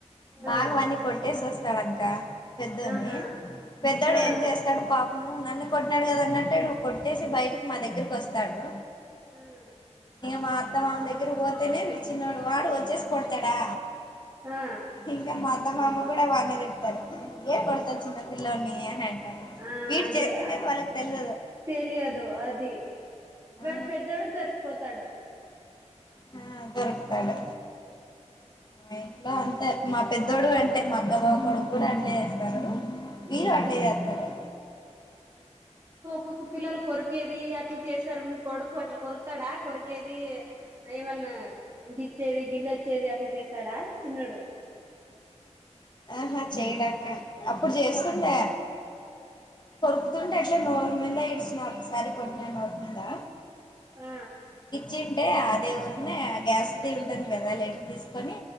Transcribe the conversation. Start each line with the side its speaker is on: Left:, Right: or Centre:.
Left: బాగ
Right: ఆ
Left: వన్నీ కొట్టేసి వస్తాడు అక్కా పెద్దోని
Right: ఆహా
Left: పెద్దోడు
Right: ఆ
Left: ఏం చేస్తాడు పాప ము నన్ను కొట్నాడు కదా అన్నట్టటుడు కొట్టేసి బయటకి మా దగ్గరకి వస్తాడు
Right: హ్మ్
Left: ఇగ మా అత్తమ మామ దగ్గర పోతేనే వీడు చిన్నోడు వాడు వచ్చేసి కొడతాడా
Right: ఆ
Left: ఇంకా మా అత్త మామ కూడా వనే తిడతాడు ఏ కొడతారు చిన్న పిల్లోని అని అ
Right: ఆ
Left: వీడ్
Right: అదే
Left: చేసిందే వాళ్ళకి తెల్
Right: తెలియదు అది
Left: ఆ
Right: వాడు పెద్దోడు తొరికిపోతాడు
Left: హ దొరుకుతాడు మా ఇంట్లో అంతే మా పెద్దోడు అంటే మా అక్కా బావ కొడుకు కూడా అట్లే చేస్తారు వీరు
Right: ఉమ్
Left: అట్లే చేస్తారు
Right: కుక్క పిల్లలు కొరికేది అట్లా చేస్తారు మీ కొడుకు అట్లా కొరుకుతాడా కొరికేది ఏమ నా గిచ్చేది గిల్లొచ్చేది అట్లా చేస్తాడా చిన్నోడు
Left: ఆహా చేయడ్ అక్కా అప్పుడు చేస్తుండె కొరుకుతుంటే అట్లే నోరు మీద ఇడ్చిన ఒకసారి కొట్టిన నోర్ మీదా
Right: ఆ
Left: గిచ్చింటే అదే తనే గ్యాస్ ఉంటుంది కదా లీటర్ తీసుకొని